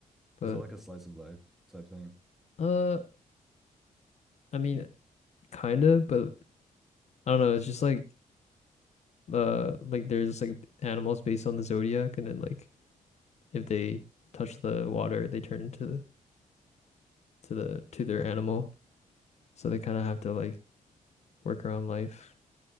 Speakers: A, on the left; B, in the centre.
A: But
B: Is it like a slice of life type thing?
A: uh, I mean, kind of, but I don't know. It's just like uh, like there's like animals based on the zodiac, and then like if they touch the water, they turn into the to the to their animal. So they kind of have to like work around life,